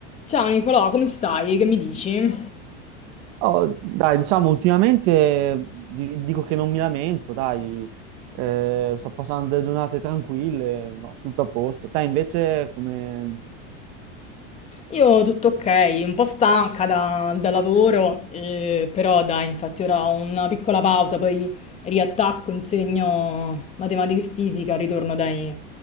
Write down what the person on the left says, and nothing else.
Ciao Nicolò, come stai? Che mi dici?
Io tutto ok, un po' stanca da, da lavoro, eh, però dai, infatti ora ho una piccola pausa, poi riattacco, insegno matematica e fisica, ritorno dai,